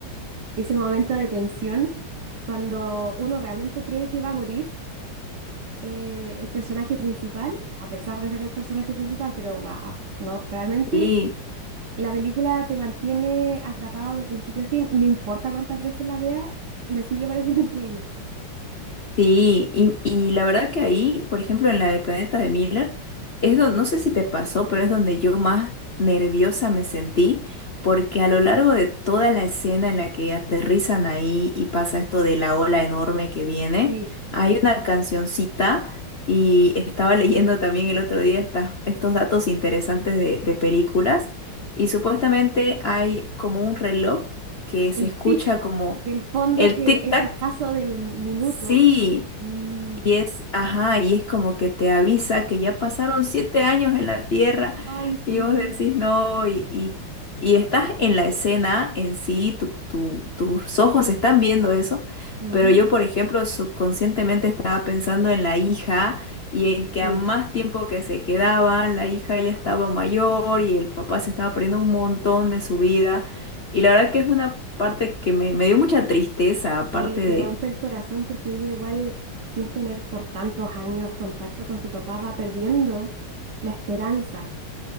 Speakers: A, on the right; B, on the left.
A: ese momento de tensión, cuando uno realmente cree que va a morir eh, el personaje principal, a pesar de ser el personaje principal, pero wow, no, realmente
B: sí.
A: la película te mantiene atrapado de principio a fin y no importa cuántas veces la vea, me sigue pareciendo increíble.
B: Sí, y, y la verdad que ahí, por ejemplo, en la de Planeta de Miller, es donde, no sé si te pasó, pero es donde yo más nerviosa me sentí, porque a lo largo de toda la escena en la que aterrizan ahí y pasa esto de la ola enorme que viene,
A: Sí,
B: hay una cancioncita y estaba <laughs> leyendo también el otro día estas- estos datos interesantes de, de películas y supuestamente hay como un reloj que se
A: El
B: escucha
A: tic
B: como
A: del fondo
B: el
A: que
B: tic-tac.
A: es el paso del minuto.
B: Sí,
A: y
B: y es, ajá, y es como que te avisa que ya pasaron siete años en la Tierra
A: Ay, sí.
B: y vos decís no, y, y, y estás en la escena en sí, tu- tu- tus ojos están viendo eso,
A: Ujú,
B: pero yo, por ejemplo, subconscientemente estaba pensando en la hija y en que
A: Sí,
B: a más tiempo que se quedaban, la hija ya estaba mayor y el papá se estaba perdiendo un montón de su vida. Y la verdad que es una parte que me, me dio mucha tristeza, aparte
A: Sí,
B: de...
A: te rompe el corazón porque ella igual, sin tener por tantos años contacto con su papá, va perdiendo la esperanza.